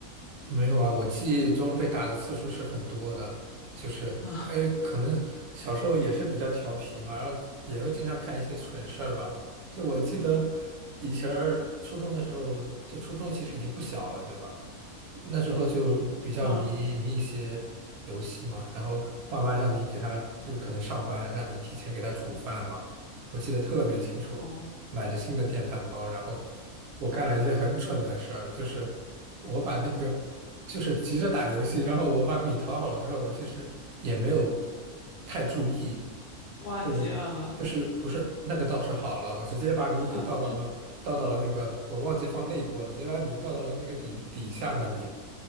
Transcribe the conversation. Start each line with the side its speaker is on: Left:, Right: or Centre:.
Right: 没有啊，我记忆中被打的次数是很多的，就是还有可能小时候也是比较调皮嘛，
Left: <laughs>
Right: 然后也会经常干一些蠢事儿吧。就我记得以前儿初中的时候，就初中其实已经不小了，对吧？那时候就比较迷迷一些游戏嘛，
Left: 嗯嗯。
Right: 然后爸妈让你给他，就是可能上班让你提前给他煮饭嘛，我记得特别清楚，
Left: 哦，
Right: 买的新的电饭煲，然后我干了一件很蠢的事儿，就是我把那个就是急着打游戏，然后我把米淘好了之后，我其实也没有太注意，
Left: 忘记摁了，
Right: 就是就是不是那个倒是好了，我直接把米给倒到了倒到了那个我忘记放内锅了，
Left: 嗯
Right: 直接把米倒到了那个底底下那里，